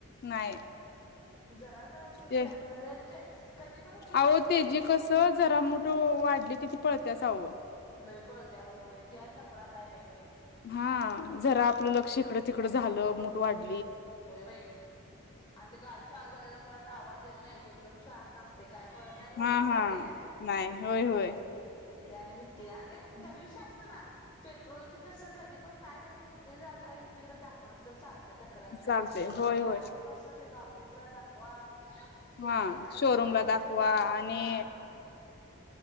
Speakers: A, on the left (about 45°); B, on the left (about 20°).
A: नाही
B: जरा जरा-जरा सा
A: ते
B: प्रयत्न लय म्हणजे कधी पण उपयोगाला
A: अहो तेजी
B: बरं पडत्या.
A: कसं जरा मुठ वाढली कि ती पळत त्याचा आवो
B: लय पळत्या होय-होय त्यान तक्रार हाय बय
A: हा जरा आपलं लक्ष इकडं तिकडे झालं मुठ वाढ
B: होय बाई आणि ते गाडी चालू झालेल्यामुळे आता आवाज येत नाही ही एकदम शांत अस ते काय कळत नाही आणि
A: हा
B: वळत नाही
A: हा
B: बाई.
A: नाही होय होय
B: त्याने भीती आणि भविष्यात म्हणा पेट्रोलची कसं कधी पण काय झालं की कुठे ही काय हे केल तर दाखवल तर चाल तक्रार काय
A: चालते
B: नसते तर
A: होय
B: हे
A: होय
B: असं कसं त्याचा आपमान पिसला दाखवा. हे
A: हा
B: आणि हाय
A: शोरूमला
B: मग ते आमच्या
A: दाखवा
B: खेडेबाग
A: आणि
B: हा